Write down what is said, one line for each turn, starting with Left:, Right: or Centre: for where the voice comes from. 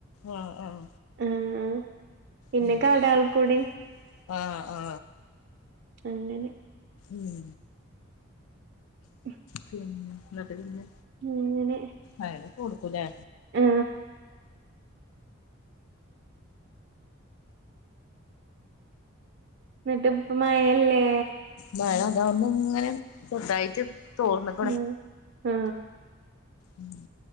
Left: ആ ആഹ..
Right: ആഹ ആ പിന്നെ
Left: ഉ
Right: കടകൾ കൂടി
Left: ആ ആ..
Right: അങ്ങനെ
Left: ഉം
Right: ഉം
Left: പിന്നെ നട്ട പിന്നെ
Right: അങ്ങനെ.
Left: അതിനെ കൊടുക്കും ല്ലേ?
Right: ആ എന്നിട്ട് ഇപ്പോ മഴ ല്ലേ?
Left: മഴ അത ഒന്ന ഇങ്ങനെ ചെറുതായിട്ട് തോർന്നക്കണ
Right: ഉം ആ
Left: ഉം